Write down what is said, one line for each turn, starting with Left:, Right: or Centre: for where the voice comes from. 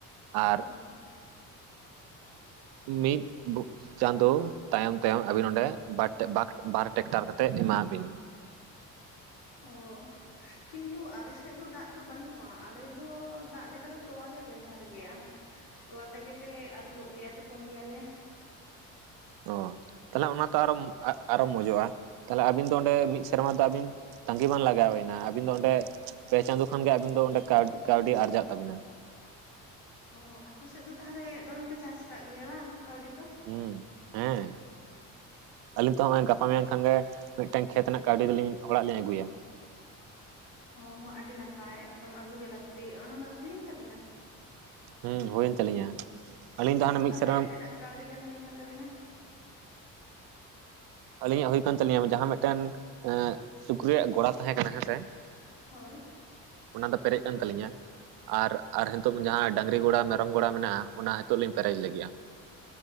Right: ᱟᱨ
Left: ᱦᱩᱸ
Right: ᱢᱤᱫ ᱜᱩ ᱪᱟᱸᱫᱳ ᱛᱟᱭᱚᱢ ᱛᱟᱭᱚᱢ ᱟᱵᱤᱱ ᱱᱚᱸᱰᱮ ᱵᱟᱠ ᱵᱟᱨ ᱴᱷᱮᱜ ᱵᱟᱨ ᱴᱮᱠᱴᱟᱨ ᱠᱟᱛᱮᱜ ᱮᱢᱟ ᱵᱤᱱ᱾
Left: ᱚ ᱠᱤᱱᱛᱩ ᱟᱞᱮ ᱥᱮᱫ ᱫᱚ ᱫᱟᱜ ᱫᱚ ᱵᱟᱹᱱᱩᱜᱼᱟ ᱟᱞᱮ ᱫᱚ ᱫᱟᱜ ᱞᱮᱠᱟ ᱫᱚ ᱛᱳᱣᱟᱞᱮ ᱵᱮᱣᱦᱟᱨ ᱜᱮᱭᱟ ᱾ ᱛᱚᱣᱟ ᱛᱮᱜᱮᱞᱮ ᱟᱹᱨᱩᱵᱚᱜ ᱜᱮᱭᱟ ᱛᱩᱯᱩᱱ ᱜᱮᱭᱟᱞᱮ ᱾
Right: ᱚ ᱛᱟᱦᱚᱞᱮ ᱚᱱᱟ ᱛᱚ ᱟᱨᱚ ᱟᱨᱚ ᱢᱚᱡᱚᱜᱼᱟ ᱛᱟᱦᱚᱞᱮ ᱟᱹᱵᱤᱱ ᱫᱚ ᱚᱸᱰᱮ ᱢᱤᱫ ᱥᱮᱨᱢᱟ ᱫᱟᱹᱵᱤᱱ ᱛᱟᱺᱜᱤ ᱵᱟᱝ ᱞᱟᱜᱟᱣᱮᱱᱟ ᱟᱹᱵᱤᱱ ᱫᱚ ᱚᱸᱰᱮ ᱯᱮ ᱪᱟᱸᱫᱳ ᱠᱷᱟᱱᱜᱮ ᱟᱹᱵᱤᱱ ᱫᱚ ᱚᱸᱰᱮ ᱠᱟᱹᱣ ᱠᱟᱹᱣᱰᱤ ᱟᱨᱡᱟᱜ ᱛᱟᱹᱵᱤᱱᱟ ᱾
Left: ᱚ ᱟᱯᱮ ᱥᱮᱫ ᱫᱚ ᱛᱟᱦᱚᱞᱮ ᱫᱚᱢᱮ ᱯᱮ ᱪᱟᱥ ᱟᱠᱟᱫ ᱜᱮᱭᱟ ᱵᱟᱝ ᱠᱟᱹᱣᱰᱤ ᱠᱚ ᱾
Right: ᱦᱩᱸ ᱦᱮᱸ ᱟᱹᱞᱤᱧ ᱛᱚ ᱦᱚᱜᱚᱭ ᱜᱟᱯ ᱯᱟ ᱢᱮᱭᱟᱧ ᱠᱷᱟᱱ ᱜᱮ ᱢᱤᱜᱴᱮᱝ ᱠᱷᱮᱛ ᱨᱮᱱᱟᱜ ᱠᱟᱹᱣᱰᱤ ᱫᱚᱞᱤᱧ ᱚᱲᱟᱜ ᱞᱤᱧ ᱟᱹᱜᱩᱭᱟ᱾
Left: ᱚ ᱦᱚᱸ ᱟᱹᱰᱤ ᱱᱟᱯᱟᱭ ᱮᱠᱫᱚᱢ ᱟᱹᱜᱩ ᱜᱮ ᱞᱟᱹᱠᱛᱤ ᱾ ᱚᱱᱟ ᱫᱚ ᱦᱩᱭᱮᱱ ᱛᱟᱹᱵᱤᱱᱟ?
Right: ᱦᱩᱸ ᱦᱩᱭᱮᱱ ᱛᱟᱹᱞᱤᱧᱟ ᱟᱹᱞᱤᱧ
Left: ᱱᱤᱭᱟᱹ ᱵᱟᱨ
Right: ᱦᱟᱱᱮ
Left: ᱫᱚ
Right: ᱢᱤᱫ
Left: ᱛᱟᱦᱞᱮ
Right: ᱥᱮᱨᱢᱟ
Left: ᱛᱤᱱᱟᱹᱜ ᱠᱟᱹᱣᱰᱤ ᱜᱟᱱ ᱦᱳᱭᱠᱟᱱ ᱛᱟᱵᱤᱱᱟ?
Right: ᱟᱹᱞᱤᱧᱟᱜ ᱦᱩᱭ ᱠᱟᱱ ᱛᱟᱹᱞᱤᱧᱟ ᱡᱟᱦᱟᱸ ᱢᱤᱫᱴᱮᱱ ᱮ ᱥᱩᱠᱨᱤᱭᱟᱜ ᱜᱚᱲᱟ ᱛᱟᱦᱮᱸ ᱠᱟᱱᱟ ᱦᱮᱸᱥᱮ
Left: ᱦᱳᱭ
Right: ᱚᱱᱟ ᱫᱚ ᱯᱮᱨᱮᱡ ᱠᱟᱱ ᱛᱟᱹᱞᱤᱧᱟ ᱾ ᱟᱨ ᱟᱨ ᱱᱤᱛᱚᱝ ᱡᱟᱦᱟᱸ ᱰᱟᱹᱟᱝᱨᱤ ᱜᱚᱲᱟ ᱢᱮᱨᱚᱢ ᱜᱚᱲᱟ ᱢᱮᱱᱟᱜᱼᱟ ᱚᱱᱟ ᱦᱤᱛᱚᱜ ᱞᱤᱧ ᱯᱮᱨᱮᱡ ᱞᱟᱹᱜᱤᱜᱼᱟ ᱾